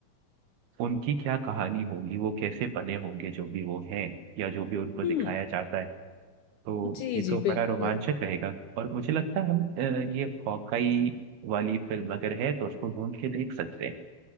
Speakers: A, on the right; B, on the left.
A: उनकी क्या कहानी होगी वो कैसे बने होंगे जो भी वो हैं या जो भी उनको दिखाया
B: हम्म
A: जाता है तो
B: जी
A: ये
B: जी
A: तो
B: बिल्कुल
A: बड़ा रोमांचक रहेगा और मुझे लगता है हम अ, ये हॉकाई वाली फिल्म अगर है तो उसको ढूंढ के देख सकते हैं